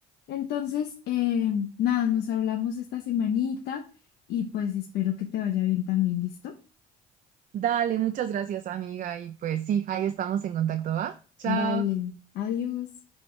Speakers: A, on the left (about 80°); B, on the right (about 55°).
A: Entonces, eh, nada, nos hablamos esta semanita y pues espero que te vaya bien también, ¿listo?
B: Dale, muchas gracias amiga y pues sí, ahí estamos en contacto, ¿va? Chao.
A: Vale, adiós.